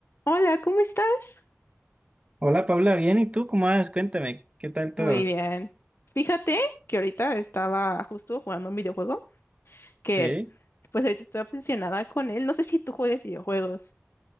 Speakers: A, on the left; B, on the right.
A: Hola, ¿cómo estás?
B: Hola Paula, bien, ¿y tú cómo vas? Cuéntame, ¿qué tal todo?
A: Muy bien. Fíjate que ahorita estaba justo jugando un videojuego que
B: Sí,
A: pues ahorita estoy obsesionada con él. No sé si tú juegues videojuegos.